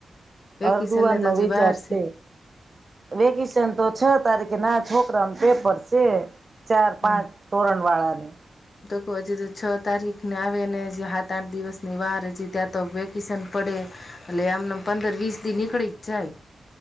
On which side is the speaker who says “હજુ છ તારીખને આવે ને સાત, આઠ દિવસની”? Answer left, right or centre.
Left